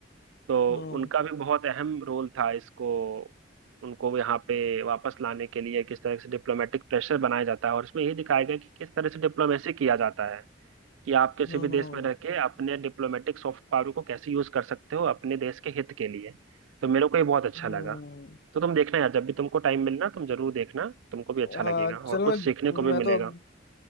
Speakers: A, on the right; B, on the left.
A: तो
B: हम्म
A: उनका भी बहुत अहम रोल था इसको उनको यहाँ पे वापस लाने के लिए किस तरह से डिप्लोमेटिक प्रेशर बनाया जाता है और इसमें ये दिखाया गया कि किस तरह से डिप्लोमेसी किया जाता है कि आप किसी
B: हम्म
A: भी देश में रह के अपने डिप्लोमेटिक सॉफ्ट पावर को कैसे यूज कर सकते हो अपने देश के हित के लिए तो मेरे को ये बहुत अच्छा
B: हम्म
A: लगा तो तुम देखना यार जब भी तुमको टाइम मिलना तुम जरूर देखना तुमको भी अच्छा लगेगा
B: हाँ चल
A: और कुछ
B: मैं
A: सीखने को भी
B: मैं
A: मिलेगा
B: तो अब